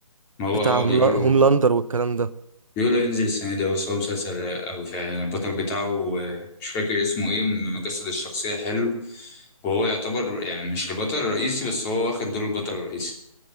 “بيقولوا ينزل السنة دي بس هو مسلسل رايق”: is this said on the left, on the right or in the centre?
Left